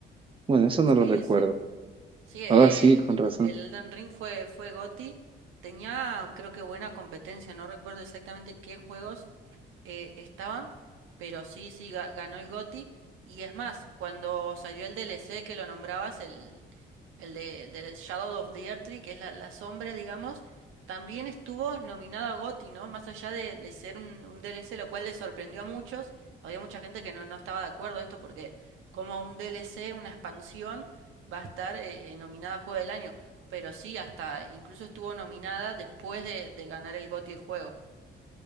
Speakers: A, on the right (about 25°); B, on the right (about 85°).
A: Bueno, eso no
B: Sí,
A: lo recuerdo.
B: sí. Sí, eh,
A: Ah, sí, con
B: el,
A: razón.
B: el Elden Ring fue, fue GOTY. Tenía, creo que buena competencia, no recuerdo exactamente qué juegos eh, estaban, pero sí, sí, ga- ganó el GOTY. Y es más, cuando salió el DLC que lo nombrabas, el, el de, el de Shadow of the Earth Tree, que es la, la sombra, digamos, también estuvo nominado a GOTY, ¿no? Más allá de, de ser un, un DLC, lo cual le sorprendió a muchos. Había mucha gente que no, no estaba de acuerdo a esto porque como un DLC, una expansión, va a estar eh, eh, nominada a Juego del Año. Pero sí, hasta incluso estuvo nominada después de, de ganar el GOTY el juego.